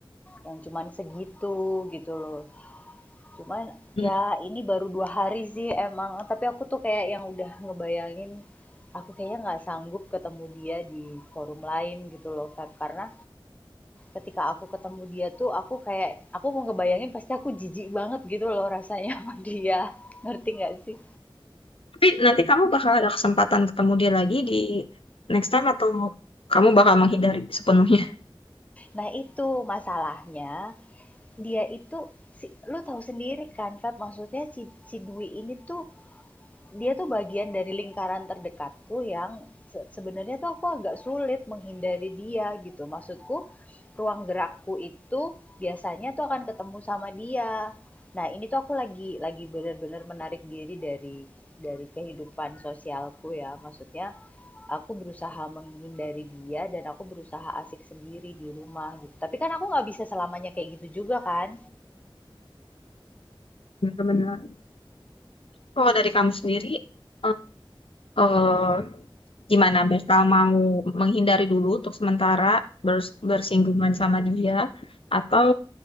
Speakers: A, on the left (about 15°); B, on the left (about 90°).
A: yang cuman segitu, gitu loh. Cuman ya
B: Hmm.
A: ini baru 2 hari sih emang, tapi aku tuh kayak yang udah ngebayangin, aku kayaknya nggak sanggup ketemu dia di forum lain gitu loh, Kak, karena Ketika aku ketemu dia tuh aku kayak, aku mau ngebayangin pasti aku jijik banget gitu loh rasanya sama dia. <laughs> Ngerti nggak sih?
B: Tapi nanti kamu bakal ada kesempatan ketemu dia lagi di next time atau kamu bakal menghindari sepenuhnya?
A: Nah itu masalahnya, dia itu, si, lu tahu sendiri kan Feb, maksudnya si, si Dwi ini tuh Dia tuh bagian dari lingkaran terdekatku yang se sebenarnya tuh aku agak sulit menghindari dia gitu. Maksudku, ruang gerakku itu biasanya tuh akan ketemu sama dia. Nah, ini tuh aku lagi lagi benar-benar menarik diri dari dari kehidupan sosialku ya. Maksudnya, aku berusaha menghindari dia dan aku berusaha asik sendiri di rumah gitu. Tapi kan aku nggak bisa selamanya kayak gitu juga kan.
B: Benar-benar. Kalau dari kamu sendiri, eh, eh, gimana? Bakal mau menghindari dulu untuk sementara bers- bersinggungan sama dia atau